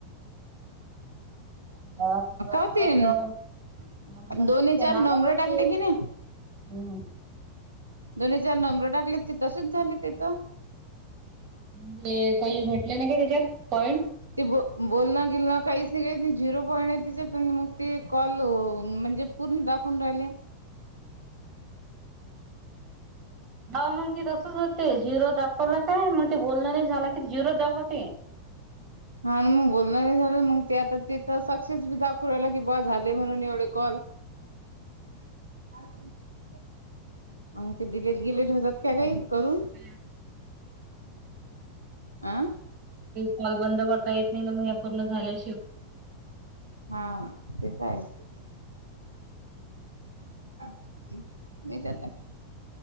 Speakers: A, on the right; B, on the right.
A: घरात
B: होते
A: तर नंबर
B: दोन्ही
A: दिसते
B: चार
A: माझ्या
B: नंबर
A: मूळ
B: टाकले
A: ते हम्.
B: की नाही दोन्ही चार नंबर टाकले ते तसेच झाले तिथं.
A: म्हणजे काही भेटले नाही का त्याच्यात पॉईंट
B: ते ब बोलणं गिलण काहीच नाही काही नाही झिरो पॉईंट आहे त्याच्यात मग ते कॉल म्हणजे पूर्ण दाखवून राहिले.
A: हो मग ते तसच होत ते झिरो दाखवला काय मग ते बोलन नाही झाला कि झिरो दाखवते.
B: हा म झालं मग ते आता तिथ सक्सेस बी दाखवहिला की ब झाले म्हणून एवढे कॉल <unintelligible> अंग ते डिलेट गिलेट होतात काय काही करून?
A: <unintelligible>
B: आ
A: कॉल बंद करता येत नाही पूर्ण झाल्या
B: हा तेच आहे. <unintelligible> द